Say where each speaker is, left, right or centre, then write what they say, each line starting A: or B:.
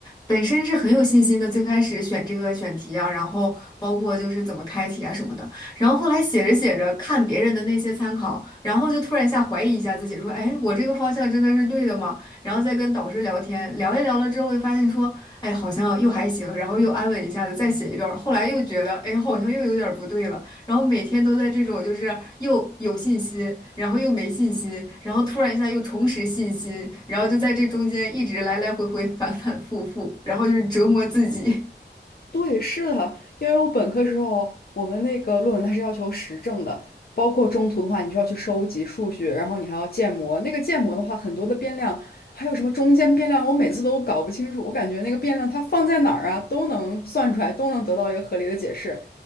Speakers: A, on the left; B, on the left.
A: 本身是很有信心的，最开始选这个选题啊，然后包括就是怎么开题啊什么的，然后后来写着写着看别人的那些参考，然后就突然一下怀疑一下自己，说，哎，我这个方向真的是对的吗？然后再跟导师聊天，聊一聊了之后就发现说，哎，好像又还行，然后又安稳一下子再写一段儿后来又觉得，哎，好像又有点儿不对了。然后每天都在这种就是又有信心，然后又没信心，然后突然一下又重拾信心，然后就在这中间一直来来回回 <laughs> 反反复复，然后就是折磨自己。
B: 对，是的，因为我本科时候，我们那个论文它是要求实证的，包括中途的话，你需要去收集数据，然后你还要建模。那个建模的话，很多的变量，还有什么中间变量，我每次都搞不清楚。我感觉那个变量它放在哪儿啊，都能算出来，都能得到一个合理的解释。